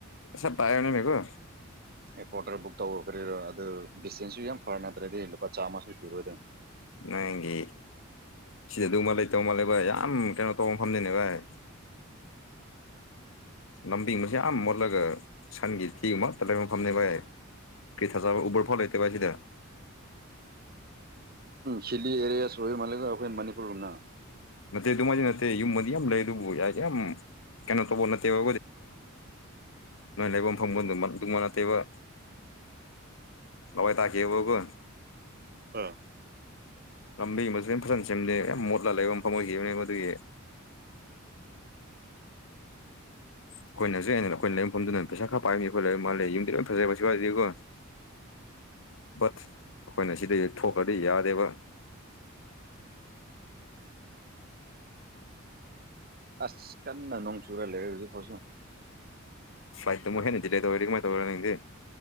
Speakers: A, on the left; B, on the right.
A: ꯁꯞ ꯄꯌꯅꯦ ꯃꯦꯀ
B: ꯑꯦ ꯄꯣꯇꯔ ꯕꯨꯛ ꯇꯧꯕ ꯀꯔꯤꯔꯣ ꯑꯗꯨ ꯗꯤꯁꯇꯦꯟꯁꯁꯨ ꯌꯥꯝ ꯐꯔꯦ ꯅꯠꯇ꯭ꯔꯗꯤ ꯂꯨꯄꯥ ꯆꯥꯝꯃꯁꯨ ꯁꯨꯨꯔꯣꯏꯗꯅꯤ
A: ꯅꯒꯤ ꯁꯤꯗ ꯑꯗꯨ ꯃꯥꯜꯂ ꯇꯧ ꯃꯥꯜꯂꯦ ꯚꯥꯏ ꯌꯥꯝ ꯀꯩꯅꯣ ꯇꯧꯕ ꯐꯝꯅꯤꯅꯦ ꯚꯥꯏ ꯂꯝꯕꯤꯤꯡꯁ ꯌꯥꯝ ꯃꯣꯠꯂꯒ ꯁꯟꯒꯤ ꯊꯤ ꯑꯃ ꯇ ꯃꯐꯝꯅꯦ ꯚꯏ ꯀꯤ ꯊꯆꯥ ꯎꯕꯔ ꯐꯣꯂ ꯂꯩꯇꯦ ꯄꯁꯤꯗ
B: ꯁꯤꯗꯤ ꯑꯦꯔꯤꯌꯥꯁ ꯑꯣꯏ ꯃꯂꯒ ꯑꯩꯈꯣꯏ ꯃꯅꯤꯄꯨꯔꯅ
A: ꯅ ꯑꯗꯨꯨ ꯃꯥ ꯅ ꯌ ꯃ ꯌꯥꯝ ꯂꯩ ꯑꯗꯨ ꯌꯥꯔꯦ ꯌꯥꯝꯦꯝ ꯀꯩꯅꯣ ꯇꯕꯨꯣ ꯅ ꯀꯩꯅꯣ ꯅꯣꯏ ꯂꯩꯐꯝ ꯐꯪꯐꯝꯣꯟꯗꯨ ꯇꯉꯣꯟ ꯑꯅꯥꯇꯩꯩꯕ ꯂꯋꯥꯣꯏ ꯇꯥꯀꯤꯦꯕꯒ
B: ꯎꯝ
A: ꯂꯝꯕꯤ ꯃꯨ ꯂ ꯐꯖꯅ ꯁꯦꯝꯗꯦ ꯌꯥꯝ ꯃꯣꯠꯂꯒ ꯂꯩꯕ ꯃꯐꯝ ꯑꯣꯏꯈꯤꯕꯅꯦ ꯃꯗꯨꯒꯤ ꯑꯩꯈꯣꯏꯅꯁꯨ ꯑꯩꯅ ꯑꯩꯈꯣꯏ ꯂꯩꯕꯐꯝꯗꯨꯗꯅ ꯄꯩꯁꯥ ꯈꯔ ꯄꯥꯏꯕꯅꯤ ꯑꯩꯣꯏ ꯂꯩ ꯃꯥꯜꯂꯦ ꯌꯨꯝꯗꯤ ꯂꯣꯏ ꯐꯖꯔꯦ ꯀꯁꯨ ꯋꯥꯗꯦꯀꯣ
B: ꯑꯟꯑꯣꯗꯤꯕꯜ
A: ꯁ ꯑꯩꯈꯣꯏꯅ ꯁꯤꯗꯩ ꯊꯣꯛꯈ꯭ꯔꯗꯤ ꯌꯥꯗꯦꯕ
B: ꯑꯁ ꯀꯟꯅ ꯅꯣꯡꯆꯨꯔ ꯂꯩꯔ‌ꯦ ꯍꯧꯖꯤꯐꯥꯎꯁꯨ
A: ꯐꯂꯥꯏꯠꯇ ꯃꯦꯅꯤ <unintelligible> ꯗꯤꯂꯦ <inaudible> ꯇꯣꯔꯗꯤ ꯃ‌ꯣꯏ ꯇꯧꯔꯅꯦ